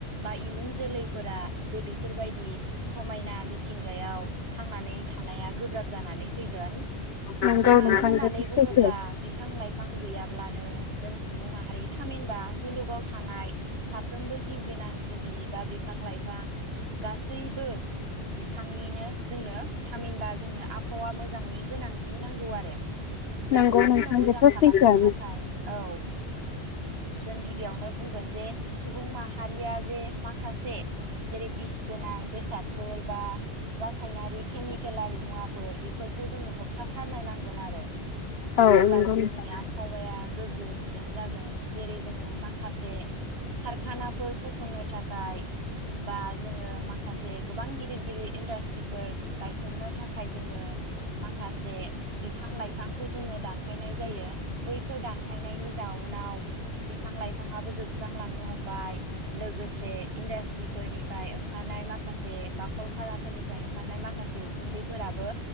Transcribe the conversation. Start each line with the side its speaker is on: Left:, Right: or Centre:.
Right: बा इयुन जोलैफोरा जे बेफोरबायदि समायना मिथिंगायाव थांनानै थानाया गोब्राब जानानै फैगोन ।
Left: नंगौ
Right: जे मानो
Left: नोंथां
Right: होननानै
Left: बेथ'
Right: बुङोब्ला
Left: सैथो
Right: बिफां लाइ फां गैयाब्लानो जों सुबुं माहारि थामहिनबा मुलुगाव थानाय साफ्रोमबो जिउ गोनां जिबि बा बिफां लाइफां गासैबो बिफांनिनो जोंनो थामहिनबा जोंनो आबहावा मोजांनि गोनां थि नांगौ आरो ।
Left: नंगौ
Right: दा बेखौ
Left: नोंथां
Right: जोङो मोजां
Left: बेथ'
Right: खालामनो
Left: सैथोआनो
Right: थाखाय औ जों गिबियावनो बुंगोन जे सुबुं माहारिया जे माखासे जेरै बिस गोनां बेसादफोर बा रासायनारि केमिकेलारि मुवाफोर बेफोरखौ जों होबथाथारनो नांगोन आरो
Left: औ
Right: अब्लासो
Left: नंगौ नोंथां
Right: जोंनि आबहावाया गोग्गो सुदेम जागोन । जेरै जोङो माखासे कारखानाफोर फसंनो थाखाय बा जोङो माखासे गोबां गिदिर गिदिर इन्डास्ट्रिफोर गायसननो थाखाय जोङो मा माखासे बिफां लाइफांखौ जोङो दानफायनाय जायो बैफोर दानफायनायनि जाउनाव बिफां लाइफाङाबो जोबस्रांलांनो हमबाय लोगोसे इन्डास्ट्रिफोरनिफ्राय ओंखारनाय माखासे बा कलकाराफोरनिफ्राय ओंखारनाय माखासे उखुन्दैफोराबो